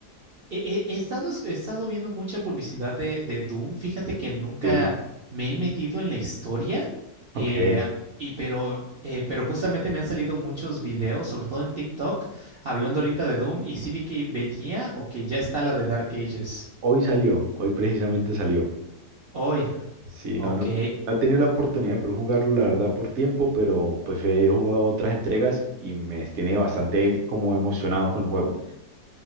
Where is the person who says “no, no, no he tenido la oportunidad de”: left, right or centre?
Right